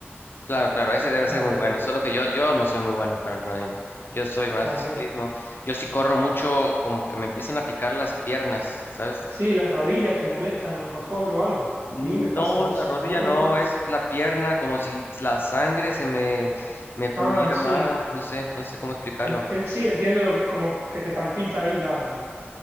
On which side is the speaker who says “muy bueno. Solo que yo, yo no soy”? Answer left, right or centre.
Left